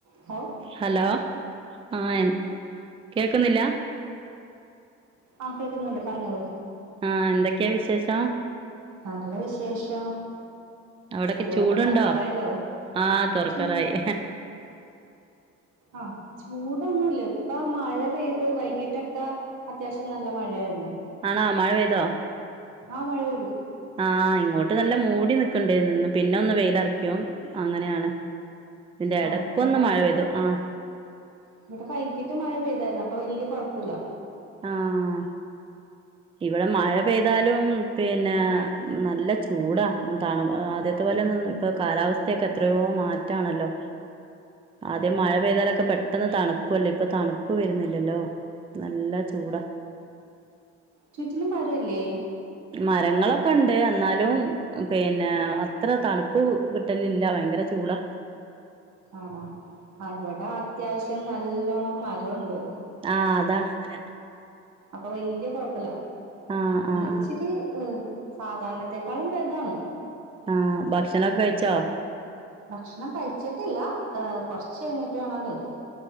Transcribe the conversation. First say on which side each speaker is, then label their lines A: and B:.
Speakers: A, on the right; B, on the right.
A: Hello
B: hello ആ എന്ത കേക്കുന്നില്ല
A: ആ കേക്കുന്നുണ്ട് പറഞ്ഞോളു
B: ആ എന്തൊക്കെയാ വിശേഷം
A: നല്ല വിശേഷം
B: അവിടൊക്കെ
A: സ്കൂളൊക്കെ
B: ചൂട്ണ്ടോ
A: തുറക്കാറായല്ലോ
B: ആ തൊറക്കാറായി
A: ചൂ ആ ചൂടൊന്നുംല്ല ഇപ്പ മഴ പെയ്ത് വൈകിട്ടൊക്കെ അത്യാവശ്യം നല്ല മഴയായിരുന്നു
B: ആണൊ മഴ പെയ്തോ?
A: ആഹ് മഴ പെയ്തു
B: ആഹ് ഇങ്ങോട്ട് നല്ല മൂടി നിക്കുന്നുണ്ടായിന്നു പിന്നൊന്ന് വെയിലൊറയ്ക്കും അങ്ങനെയാണ് ഇതിന്റെ
A: ആ
B: ഇടക്കൊന്ന്
A: ഇവിടാ
B: മഴ പെയ്തു ആഹ്
A: ഇവിടെ വൈകിട്ട് മഴ പെയ്തായിരുന്നു അപ്പൊ വല്ല്യാ കൊഴപ്പല്ല
B: ആഹ് ഇവിടെ മഴ പെയ്താലും പിന്നെ നല്ല ചൂടാ തണ ആദ്യത്തെ പോലെന്ന ഇപ്പൊ കാലാവസ്ഥയൊക്കെ എത്രയോ മാറ്റാണല്ലോ ആദ്യം
A: അതെ
B: മഴ
A: അതെ
B: പെയ്താലൊക്കെ പെട്ടെന്ന് തണു ക്കുവല്ലേ ഇപ്പൊ തണുപ്പ് വരുന്നില്ലല്ലോ നല്ല ചൂടാ
A: ചുറ്റിലും മരം ഇല്ലേ
B: മരങ്ങളൊക്കെ ഇണ്ട് എന്നാലും പിന്നെ അത്ര തണുപ്പ് ക് ട്ടലില്ല ഭയങ്കര ചൂടാ
A: ആണോ ആ ഇവ്ടെ അത്യാവശ്യം നല്ലോണ്ണം മരം ഇണ്ട്
B: ആ അതാണ് അങ്ങനെ
A: അപ്പ വല്ല്യ കൊഴപ്പല്ല
B: ആ ആ
A: ഇന്ന്
B: ആ
A: ച്ചിരി ഹ് സാധാരണത്തെക്കാളും ഭേദാണ്
B: ആ ഭക്ഷണൊക്കെ കഴിച്ചോ
A: ഭക്ഷണം കഴിച്ച്ട്ടില്ല ഹേ കൊർച്ച് കഴിഞ്ട്ട് വേണം കഴിക്കാൻ